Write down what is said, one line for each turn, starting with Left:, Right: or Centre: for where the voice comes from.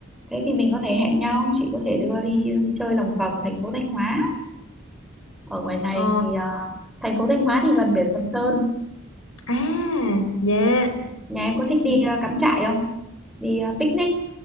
Centre: Thế thì mình có thể hẹn nhau, chị có thể đưa đi ừ, chơi lòng vòng thành phố Thanh Hóa. Ở ngoài này
Left: Ồ.
Centre: thì ờ, thành phố Thanh Hóa thì gần biển Sầm Sơn
Left: À, dạ.
Centre: Nhà em có thích đi
Left: Ừ.
Centre: ờ, cắm trại không? Đi ờ, picnic